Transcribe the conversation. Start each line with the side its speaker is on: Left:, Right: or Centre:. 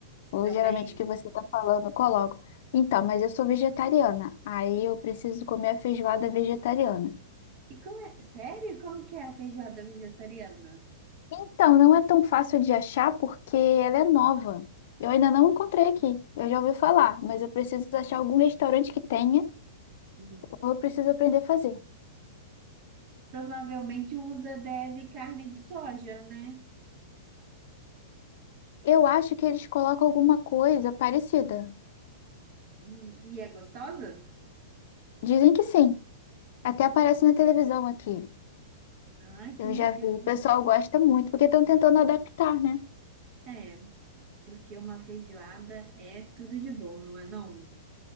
Left: Ou
Right: também.
Left: geralmente que você tá falando, colocam. Então, mas eu sou vegetariana. Aí eu preciso comer a feijoada vegetariana.
Right: E como é? Sério? Como que é a feijoada vegetariana?
Left: Então, não é tão fácil de achar porque ela é nova. Eu ainda não encontrei aqui. Eu já ouvi falar, mas eu preciso achar algum restaurante que tenha,
Right: Hum,
Left: ou eu preciso aprender a fazer.
Right: Provavelmente usa, deve, carne de soja, né?
Left: Eu acho que eles colocam alguma coisa parecida.
Right: hum. E é gostosa?
Left: Dizem que sim. Até aparece na televisão aqui.
Right: Ai, que
Left: Eu
Right: legal.
Left: já vi. O pessoal gosta muito, porque estão tentando adaptar, né?
Right: É, porque uma feijoada é tudo de bom, não é não?